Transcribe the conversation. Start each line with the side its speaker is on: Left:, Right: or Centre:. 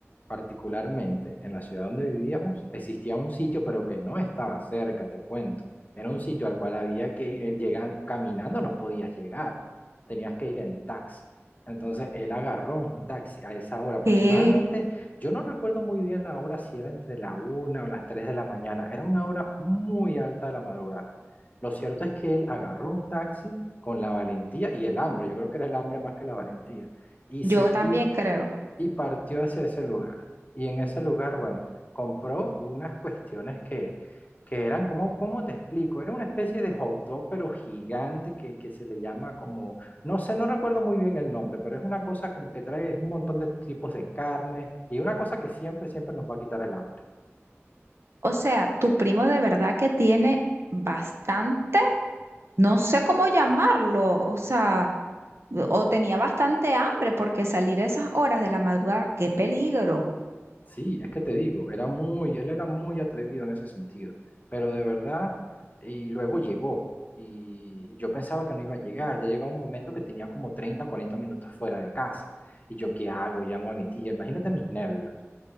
Left: particularmente en la ciudad donde vivíamos, existía un sitio, pero que no estaba cerca, te cuento. Era un sitio al cual había que ir, eh, llegar, caminando no podías llegar, tenías que ir en taxi. Entonces él agarró un taxi a esa hora aproximadamente,
Right: Que
Left: yo no recuerdo muy bien la hora, si era entre la una o las tres de la mañana, era una hora muy alta de la madrugada. Lo cierto es que él agarró un taxi con la valentía y el hambre, yo creo que era el hambre más que la valentía y
Right: yo
Left: se
Right: también
Left: y
Right: creo.
Left: y partió hacia ese lugar. Y en ese lugar, bueno, compró unas cuestiones que, que eran, ¿cómo, cómo te explico? Era una especie de hot dog, pero gigante, que, que se le llama como, no sé, no recuerdo muy bien el nombre, pero es una cosa como que trae un montón de tipos de carne y una cosa que siempre, siempre nos va a quitar el hambre.
Right: O sea, tu primo de verdad que tiene bastante, no sé cómo llamarlo, o sea, o tenía bastante hambre porque salir a esas horas de la madrugada, qué peligro.
Left: Sí, es que te digo, era muy, él era muy atrevido en ese sentido, pero de verdad, y luego llegó, y yo pensaba que no iba a llegar, ya llegaba un momento que tenía como 30, 40 minutos fuera de casa, y yo, ¿qué hago? Llamo a mi tía, imagínate mis nervios.